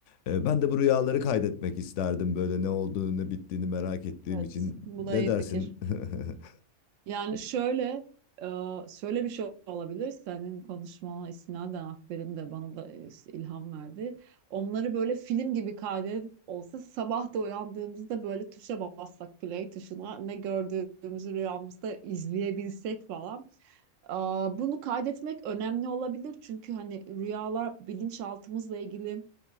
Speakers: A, on the left; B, on the right.
A: E, Ben de bu rüyaları kaydetmek isterdim böyle ne olduğunu ne bittiğini merak ettiğim
B: Evet,
A: için.
B: bu
A: Ne
B: da iyi
A: dersin?
B: fikir.
A: <laughs>
B: Yani şöyle, e, şöyle bir şey olabilir. Senin konuşmana istinaden Akber'in de bana da e, ilham verdi. Onları böyle film gibi kaydet olsa sabah da uyandığımızda böyle tuşa bassak play tuşuna ne gördüğümüzü rüyamızda izleyebilsek falan. Aa, bunu kaydetmek önemli olabilir çünkü hani rüyalar bilinçaltımızla ilgili